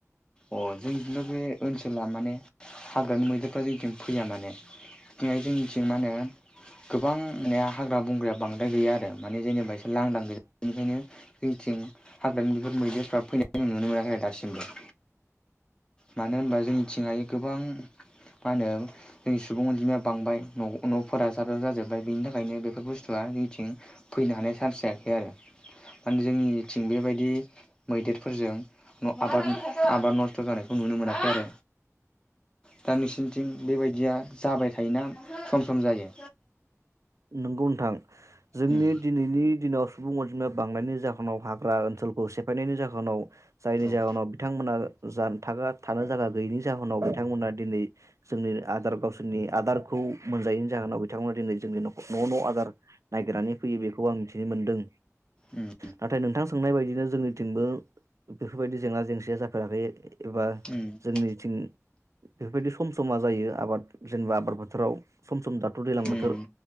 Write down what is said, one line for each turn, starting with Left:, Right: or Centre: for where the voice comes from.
Left: अ जोंजोंनो बे ओनसोला माने हाग्रानि मैदेरफ्रा जोंथिं फैया माने जोंनिथिं मानो गोबां माने हाग्रा बंग्राया बांद्राय गैया आरो माने जेनेबा लांदां गोजा बेनिखायनो जोंथिं हाग्रानि बेफोर मैदेरफ्रा फैनायखौ जों नुनो मोनाखै आरो दासिमबो मानो होनबा जोंनिथिंहाय गोबां मा होनो <unintelligible> सुबुं अनजिमाया बांबाय न न फोरा जाब जाब जाजोब्बाय बेनि थाखायनो बेफोर बुस्थुआ नैथिं फैनो हानाय सान्स जायाखै आरो। माने जोंनिथिं बेबायदि मैदेरफोरजों न' आबाद आबाद नस्थ' जानायखौ नु मोनाखै आरो। दा नोंसिनिथिं बेबायदिया जाबाय थायोना सम सम जायो?
Right: नंगौ नोंथां जोंनि
Left: उम
Right: दिनैनि दिनाव सुबुं अनजिमाया बांनायनो जाहो नाव हाग्रा ओनसोलखौ से फायनायनि जाहोनाव जायनि
Left: औ
Right: जाहोनाव बिथांमोना जानथागा थानो जायगा गैयिनि जाहोनाव बिथांमोना दिनै जोंनि आदार गावसोरनि आदारखौ मोनजायैनि जाहोनाव बिथांमोना दिनै जोंनि न' न' आदार ननायागिरनानै फैयो बेखौ आं मिथिनो मोनदों
Left: उम
Right: नाथाय नोंथां सोंनाय बायदिनो जोंनिथिंबो बेफोरबायदि जेंना जेंसिया जाफेराखै एबा
Left: उम
Right: जोंनिथिं बेफोरबायदि सम समा जायो आबाद जेनेबा आबाद फोथोराव सम सम दाथ दैलां बोथोर
Left: उम